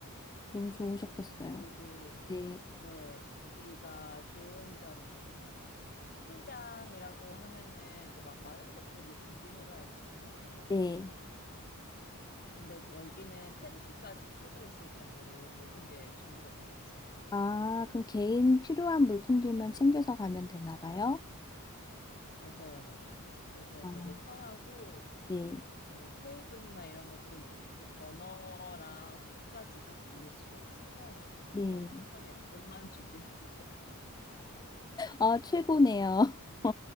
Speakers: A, on the left (about 15°); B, on the left (about 45°).
A: 너무 좋으셨겠어요.
B: 그리고,
A: 네.
B: 네, 여기가 좋은 점이, 이제 캠핑장이라고 하면은 이제 막 많은 것들을 준비해 가야 되잖아요.
A: 네.
B: 근데 이제 여기는 텐트까지 쳐져 있을 정도로 모든 게 준비가 되어 있어요.
A: 아, 그럼 개인 필요한 물품들만 챙겨서 가면 되나 봐요?
B: 맞아요, 맞아요. 그래서
A: 아,
B: 되게 편하고,
A: 네,
B: 뭐 테이블이나 이런 것들도 있고, 버너랑 숯까지 다 빌릴 수가 있어서 굉장히
A: 네.
B: 편해요. 돈만 준비하면 돼요.
A: 아, 최고네요. <laughs>